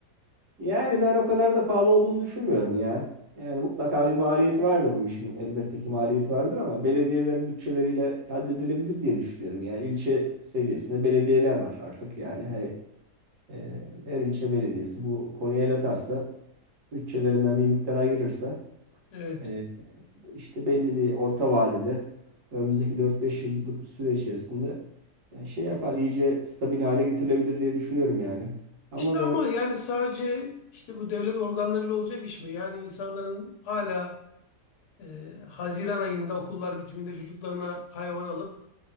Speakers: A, on the right; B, on the left.
A: Yani ben o kadar da pahalı olduğunu düşünmüyorum ya. Yani mutlaka bir maliyeti vardır bu işin. Elbette ki maliyeti vardır ama belediyelerin bütçeleriyle halledilebilir diye düşünüyorum ya. İlçe seviyesinde belediyeler var artık yani. Her, e, her ilçe belediyesi bu konuya el atarsa, bütçelerinden bir miktar ayırırsa
B: Evet.
A: e, işte belli bir orta vadede önümüzdeki dört beş yıllık bir süre içerisinde e, şey yapar, iyice stabil hale getirilebilir diye düşünüyorum yani. Ama
B: İşte
A: böyle,
B: ama yani sadece işte bu devlet organlarıyla olacak iş mi? Yani insanların hala e, Haziran ayında okullar bitiminde çocuklarına hayvan alıp